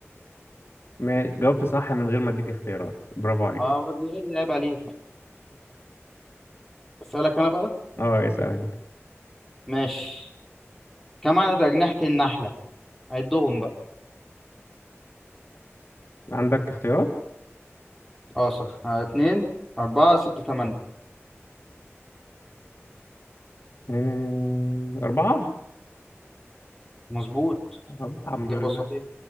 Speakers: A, on the left (about 60°); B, in the centre.
A: ما جاوبت صح من غير ما اديك اختيارات برافو عليك
B: اه دي عيب عليك أسألك أنا بقى
A: اه اسأل انت
B: ماشي كم عدد أجنحة النحلة عدهم بقى
A: عندك اختيارات
B: اه صح آه، اتنين أربعة ستة تمانية
A: يعني أربعة
B: مظبوط
A: طب الحمد
B: إجابة
A: لله
B: صحيحة